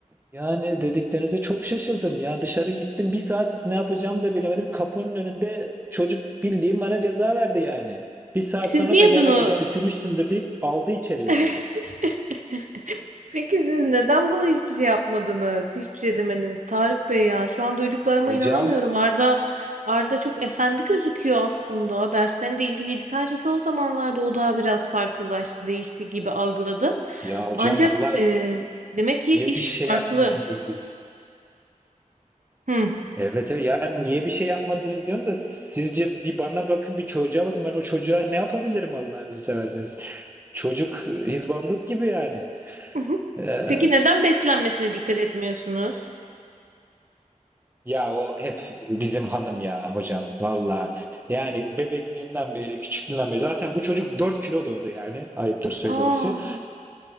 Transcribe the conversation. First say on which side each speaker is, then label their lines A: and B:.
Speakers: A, on the right (about 15°); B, on the right (about 70°).
A: yani dediklerinize çok şaşırdım. Ya dışarı gittim bir saat ne yapacağımı da bilemedim. Kapının önünde çocuk bildiğim bana ceza verdi yani. Bir saat
B: Siz
A: sonra
B: niye
A: da gel
B: bunu
A: hadi gel üşümüşsündür deyip aldı içeri
B: <laughs>
A: beni yani.
B: Peki siz neden buna hiçbir şey yapmadınız? Hiçbir şey demediniz Tarık Bey ya. Şu an duyduklarıma
A: Hocam
B: inanamıyorum. Arda Arda çok efendi gözüküyor aslında. Derslerinde ilgiliydi. Sadece son zamanlarda o daha biraz farklılaştı, değişti gibi algıladı.
A: ya hocam
B: Ancak
A: valla
B: e, demek ki
A: niye
B: iş
A: bir şey
B: farklı.
A: yapmadınız diyor.
B: Hı.
A: Evet evet yani niye bir şey yapmadınız diyorum da sizce bir bana bakın bir çocuğa bakın ben o çocuğa ne yapabilirim Allah'ınızı seversiniz. Çocuk hizbandut gibi yani.
B: <laughs>
A: Ee,
B: Peki neden beslenmesine dikkat etmiyorsunuz?
A: Ya o hep bizim hanım ya hocam valla. Yani bebekliğinden beri küçüklüğünden beri zaten bu çocuk 4 kilo doğdu yani ayıptır söylemesi.
B: Aa,